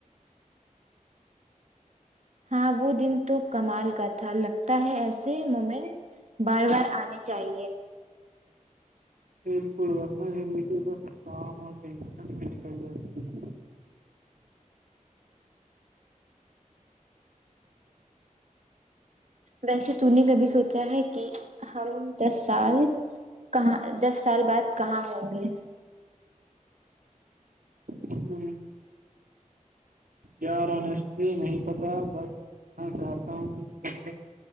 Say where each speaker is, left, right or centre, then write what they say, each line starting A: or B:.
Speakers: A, on the right; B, on the right.
A: ہاں وہ دن تو کمال کا تھا لگتا ہے ایسے مومنٹ بار بار آنے چاہیے
B: بالکل ورنہ زندگی بس کام اور ٹینشن میں نکل جاتی ہے
A: ویسے تو نے کبھی سوچا ہے کہ ہم دس سال کہاں دس سال بعد کہاں ہوں گے
B: ہاں یار ہونیسٹلی نہیں پتا بس اتنا جانتا ہوں کہ